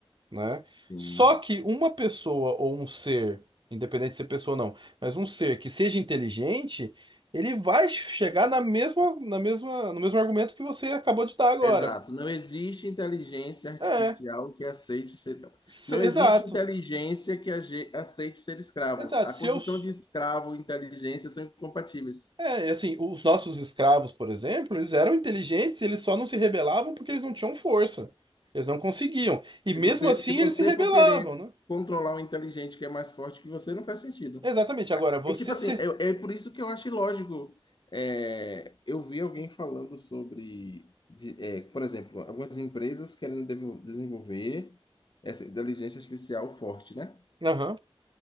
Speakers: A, on the right (about 50°); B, on the left (about 50°).
A: né?
B: sim.
A: Só que uma pessoa ou um ser, independente de ser pessoa ou não, mas um ser que seja inteligente, ele vai chegar na mesma, na mesma, no mesmo argumento que você acabou de dar agora.
B: Exato. Não existe inteligência artificial
A: É,
B: que aceite ser.
A: se-
B: Não existe
A: exato,
B: inteligência que age- aceite ser escravo.
A: exato.
B: A
A: Se
B: condição
A: eu, s-
B: de escravo e inteligência são incompatíveis.
A: é, assim, os nossos escravos, por exemplo, eles eram inteligentes, eles só não se rebelavam porque eles não tinham força. Eles não conseguiam.
B: Se
A: E mesmo
B: você,
A: assim
B: se você
A: eles se rebelavam,
B: for querer
A: né?
B: controlar um inteligente que é mais forte que você, não faz sentido.
A: Exatamente. Agora, você
B: E tipo assim,
A: se.
B: é, é por isso que eu acho ilógico. É, eu vi alguém falando sobre, de- é, por exemplo, algumas empresas querem devo- desenvolver essa inteligência artificial forte, né?
A: Aham.